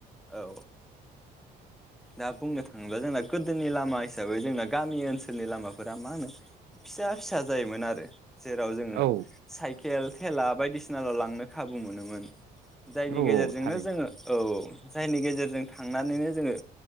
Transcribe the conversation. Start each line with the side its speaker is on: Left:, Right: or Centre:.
Centre: औ दा बुंनो थाङोब्ला जोंना गोदोनि लामा हिसाबै जोंना गामि ओनसोलनि लामाफोरा मा होनो फिसा फिसा जायोमोन आरो जेराव जोङो
Right: औ
Centre: साइकेल थेला बायदिसिनाल लांनो खाबु मोनोमोन जायनि
Right: औ औ
Centre: गेजेरजोंनो
Right: थारैनो
Centre: जोंङो औ जायनि गेजेरजों थांनानैनो जोङो